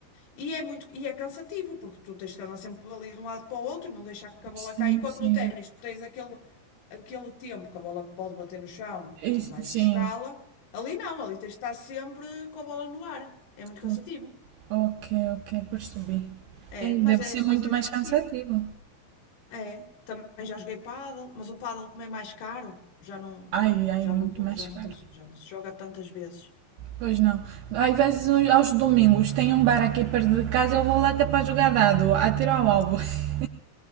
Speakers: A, on the left; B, on the right.
A: E é muito, e é cansativo, porque tu tens que andar sempre ali de um lado para o outro, não deixar que a bola
B: Sim,
A: caia. Enquanto
B: sim.
A: no ténis tu tens aquele, aquele tempo que a bola pode bater no chão
B: Isso,
A: e vais
B: sim.
A: buscá-la, ali não, ali tens de estar sempre com a bola no ar. É muito cansativo.
B: O- Ok, ok, percebi. É,
A: É,
B: deve
A: mas
B: ser
A: é,
B: muito
A: mas é
B: mais
A: divertido.
B: cansativo.
A: É, também já joguei pádel, mas o pádel como é mais caro, já não,
B: Ai, ai,
A: já
B: muito
A: vou, pô-
B: mais
A: já
B: caro.
A: não, cons- já não se joga tantas vezes.
B: Pois não. Às vezes uns- aos domingos tem um bar aqui perto de casa, eu vou lá que é para jogar dado, atiro ao alvo. <laughs>